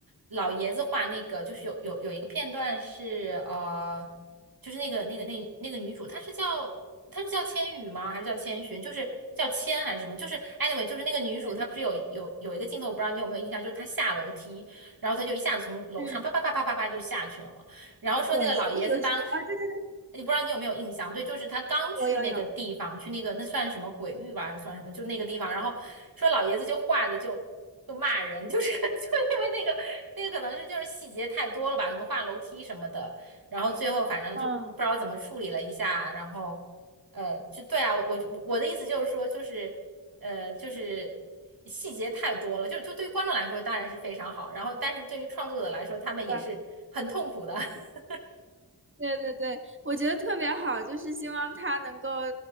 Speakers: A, on the right (about 60°); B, on the right (about 30°).
A: 老爷子画那个，就是有有有一个片段是呃，就是那个那个那那个女主，她是叫她是叫千羽吗？还是叫千寻？就是叫千还是什么？就是 anyway，就是那个女主，
B: 对，
A: 她不是有有有一个镜头，我不知道你有没有印象，就是她下楼梯，然后她就一下子从楼上啪啪啪啪啪啪就下去了嘛。
B: 嗯，
A: 然后说那个老爷子当时，
B: 滚石有有啊，对对
A: 你不知道你有没有印象？对，就是他刚去那个地方，
B: 对，有有有，
A: 去那个那算什么鬼域吧，还是算什么？就那个地方，然后说老爷子就画的就就骂人，就是 <laughs> 就因为那个那个可能是就是细节太多了吧，可能画楼梯什么的，然后最后反正就不知道怎么处理了一下，
B: 嗯，
A: 然后呃，就对啊，我我就我的意思就是说就是。呃，就是细节太多了，就就对于观众来说当然是非常好，然后但是对于创作者来说，他们也是很痛苦的。
B: 对
A: <laughs>
B: 对对对，我觉得特别好，就是希望他能够，